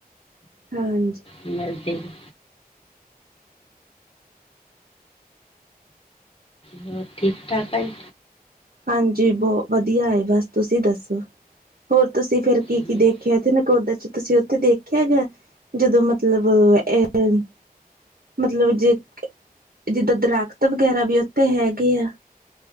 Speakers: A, on the right (about 70°); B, on the left (about 35°).
A: ਹਾਂਜੀ।
B: ਮਿਲਦੇ ਵੀ। ਹੋਰ ਠੀਕ- ਠਾਕ ਪਾਈ।
A: ਹਾਂਜੀ ਬੋਹ ਵਧੀਆ ਐ ਬਸ ਤੁਸੀਂ ਦੱਸੋ? ਹੋਰ ਤੁਸੀਂ ਫੇਰ ਕੀ-
B: ਜੀ
A: ਕੀ ਦੇਖਿਆ ਇੱਥੇ ਨਕੋਦਰ ਚ ਤੁਸੀਂ ਉੱਥੇ ਦੇਖਿਆ ਹੈ ਗਾ। ਜਦੋਂ ਮਤਲਬ ਇਹ ਹੁਨ, ਮਤਲਬ ਜੇ ਜਿੱਦਾਂ ਦਰਖਤ ਵਗੈਰਾ ਵੀ ਉੱਥੇ ਹੈਗੇ ਆ।